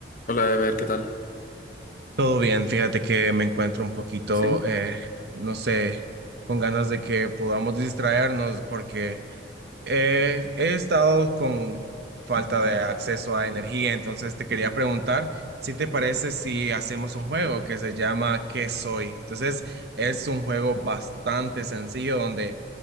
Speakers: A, on the left; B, on the right.
A: Hola, Ever, ¿qué tal?
B: Todo bien, fíjate que me encuentro un poquito,
A: Sí,
B: eh, no sé, con ganas de que podamos distraernos porque eh, he estado con falta de acceso a energía, entonces te quería preguntar si te parece si hacemos un juego que se llama ¿Qué soy? Entonces es un juego bastante sencillo donde